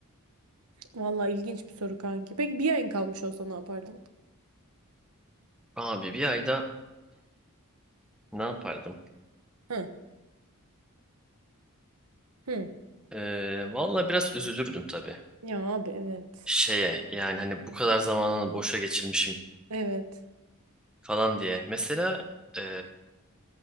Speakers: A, on the right (about 85°); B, in the centre.
A: Vallahi ilginç bir soru kanki. Peki bir ayın kalmış olsa ne yapardın?
B: Abi bir ayda <clears throat> ne yapardım?
A: Hı. Hı.
B: Ee, valla biraz üzülürdüm tabii.
A: Ya abi evet.
B: şeye yani hani bu kadar zamanını boşa geçirmişim
A: Evet.
B: falan diye. Mesela e,